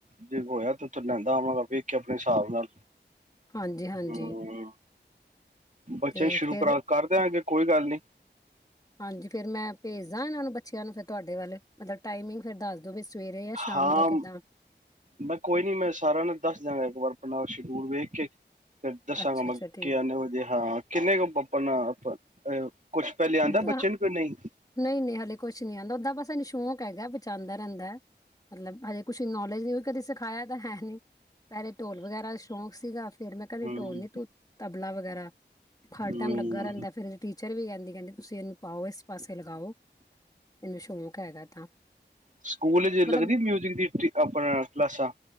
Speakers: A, on the right; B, on the left.
A: ਜੇ ਹੋਇਆ ਲੈਂਦਾ ਆਵਾਂਗਾ ਬ ਕੇ ਆਪਣੇ ਹਿਸਾਬ ਨਾਲ
B: ਹਾਂਜੀ ਹਾਂਜੀ
A: ਹੂੰ ਬੱਚੇ
B: ਤੇ
A: ਸ਼ੁਰੂ
B: ਫਿਰ
A: ਕਰ ਕਰਦਿਆਂ ਗੇ ਕੋਈ ਗੱਲ ਨੀ
B: ਹਾਂਜੀ ਫੇਿਰ ਮੈਂ ਭੇਜਦਾ ਇਹਨਾਂ ਨੂੰ ਬੱਚਿਆਂ ਨੂੰ ਫਿਰ ਤੁਹਾਡੇ ਵੱਲ ਮਤਲਬ ਟਾਈਮਿੰਗ ਫੇਰ ਦੱਸ ਦੋ ਸਵੇਰੇ ਜਾਂ ਸ਼ਾਮ
A: ਹਾਂ
B: ਦਾ ਕਿੱਦਾਂ
A: ਮੈਂ ਕੋਈ ਨੀ ਮੈਂ ਸਾਰਿਆਂ ਨੂੰ ਦੱਸ ਦਿਆਂਗਾ ਇੱਕ ਵਾਰ ਆਪਣਾ ਸ਼ਡਿਊਲ ਵੇਖ ਕੇ ਫਿਰ ਦੱਸਾਂਗਾ
B: ਅੱਛਾ
A: ਮੈਂ
B: ਅੱਛਾ ਠੀਕ
A: ਕੀਨੇ ਵਜੇ ਹਾਂ ਕਿੰਨੇ ਕੁ ਆਪ <unintelligible> ਕੁਛ ਪਹਿਲੇ ਆਉਂਦਾ
B: ਅਹ,
A: ਬੱਚੇ ਨੂੰ ਕੇ ਨਹੀਂ
B: ਨਹੀਂ ਨਹੀਂ ਹਲੇੇ ਕੁਛ ਨਹੀਂ ਆਉਂਦਾ ਓਦਾਂ ਬਸਾਨੂੰ ਸ਼ੌਂਕ ਹੈਗਾ ਬਚਾਉਂਦਾ ਰਹਿੰਦਾ ਮਤਲਬ ਹਜੇ ਕੁਛ ਨੌਲੇਜ ਨਹੀਂ ਕੋਈ ਕਦੇ ਸਿਖਾਇਆ ਤਾਂ ਹੈ ਨਹੀਂ ਪਹਿਲੇ ਢੋਲ ਵਗੈਰਾ ਸ਼ੌਂਕ ਸੀਗਾ ਫਿਰ ਮੈਂ ਕਹਦੀ
A: ਹੂੰ
B: ਢੋਲ ਨੀ ਤੂੰ ਆਪਣਾ ਵਗੈਰਾ ਹਰ
A: ਹੂੰ
B: ਟਾਈਮ ਲੱਗਾ ਰਹਿੰਦਾ ਫਿਰ ਚੱਲੀ ਜਾਂਦੀ ਕਹਿੰਦੀ ਤੁਸੀਂ ਇਹਨੂੰ ਪਾਓ ਪਾਸੇ ਲਗਾਓ ਮੈਨੂੰ ਸ਼ੌਕ ਹੈਗਾ ਤਾਂ
A: ਸਕੂਲ
B: ਮਤਲਬ
A: ਲੱਗਦੀ ਮਿਊਜਿਕ ਦੀ ਆਪਣਾ ਕਲਾਸਾਂ